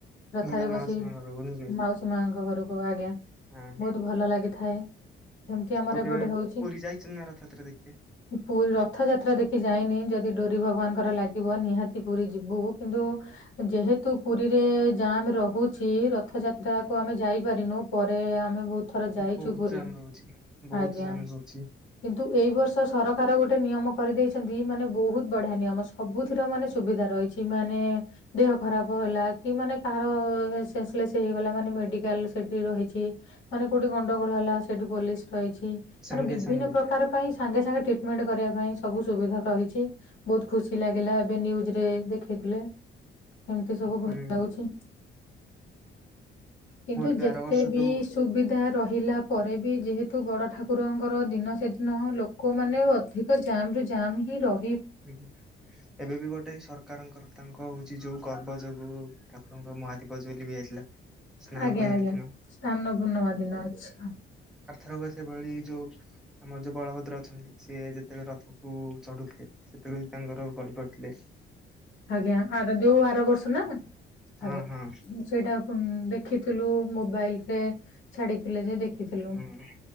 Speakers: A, on the left; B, in the centre.
A: ରଥରେ
B: ନିଜର ମାଉସୀ
A: ବସି
B: ମା ଘରକୁ ନୁହେଁ କି?
A: ମାଉସୀ ମାଙ୍କ ଘରକୁ ଆଜ୍ଞା। ବହୁତ
B: ହଁ
A: ଭଲ ଲାଗିଥାଏ। ଏମିତି ଆମର
B: ଆଉ କେବେ
A: ଏପଟେ ହଉଛି
B: ପୁରୀ ଯାଇଛନ୍ତି ନା ରଥଯାତ୍ରା ଦେଖିତେ?
A: ପୁରୀ ର ରଥଯାତ୍ରା ଦେଖି ଯାଇନି ଯଦି ଡୋରି ଭଗବାନଙ୍କର ଲାଗିବ ନିହାତି ପୁରୀ ଯିବୁ କିନ୍ତୁ ଯେହେତୁ ପୁରୀରେ ଜାମ୍ ରହୁଛି ରଥଯାତ୍ରାକୁ ଆମେ ଯାଇପାରିନୁ ପରେ ଆମେ ବହୁତ ଥର ଯାଇଛୁ
B: ବହୁତ
A: ପୁରୀ।
B: ଜାମ ରହୁଛି ବହୁତ
A: ଆଜ୍ଞା।
B: ଜାଣୁ ଅଛି।
A: କିନ୍ତୁ ଏଇ ବର୍ଷ ସରକାର ଗୋଟେ ନିୟମ କରିଦେଇଛନ୍ତି ମାନେ ବହୁତ ବଢିଆ ନିୟମ। ସବୁଥିର ମାନେ ସୁବିଧା ରହିଛି ମାନେ ଦେହ ଖରାପ ହେଲା କି ମାନେ କାହାର ସେନ୍ସଲେସ୍ ହେଇଗଲା ମାନେ ମେଡ଼ିକାଲ ସେଇଠି ରହିଛି। ମାନେ କୋଉଠି ଗଣ୍ଡଗୋଳ ହେଲା ସେଠି ପୋଲିସ ରହିଛି। ଛି
B: ସାଙ୍ଗେ
A: ମାନେ ବିଭିନ୍ନ
B: ସାଙ୍ଗେ
A: ପ୍ରକାର ପାଇଁ ସାଙ୍ଗେ ସାଙ୍ଗେ ଟ୍ରିଟମେଣ୍ଟ କରିବା ପାଇଁ ସବୁ ସୁବିଧା ରହିଛି। ବହୁତ ଖୁସି ଲାଗିଲା ଏବେ ନିୟୁଜ ରେ ଦେଖେଇଥିଲେ। ଏମିତି ସବୁ ଭଲ
B: ହୁଁ
A: ଲାଗୁଛି। କିନ୍ତୁ
B: ମୋର ବି
A: ଯେତେ
B: ଆର ବର୍ଷ
A: ବି
B: ଯୋଉ
A: ସୁବିଧା ତା ରହିଲା ପରେ ବି ଯେହେତୁ ବଡ଼ ଠାକୁରଙ୍କର ଦିନ ସେଦିନ ଲୋକମାନେ ଅଧିକା ତାପରେ ଯାମ ହିଁ ର
B: <inaudible> ଏବେ ବି ଗୋଟେ ସରକାରଙ୍କର ତାଙ୍କ ହଉଛି ଯୋଉ ଗର୍ବ ଯୋଗୁ ଠାକୁରଙ୍କ ମହାଦୀପଜ ଲିଭି ଯାଇଥିଲା। ସ୍ନାନ
A: ଆଜ୍ଞା
B: ପୂର୍ଣ୍ଣିମା
A: ଆଜ୍ଞା
B: ଦିନ
A: ସ୍ଥାନପୂର୍ଣ୍ବା ଦିନ ଅଛା।
B: ଏଥରକ ସେଭଳି ଯୋଉ ଆମର ଯୋଉ ବଳଭଦ୍ର ଅଛନ୍ତି ସି ଯେତେବେଳେ ରଥକୁ ଚଢୁଥିଲେ। ସେତେବେଳେ ତାଙ୍କର ଗଲି ପଡ଼ିଥିଲେ।
A: ଆଜ୍ଞା ଆର ଦେଉ ଆର ବର୍ଷ ନା
B: ହଁ
A: ଆଜ୍ଞା
B: ହଁ
A: ସେଇଟା। ହଁ ଦେଖିଥିଲୁ ମୋବାଇଲ ରେ ଛାଡିଥିଲେ ଯେ ଦେଖିଥିଲୁ
B: ହଁ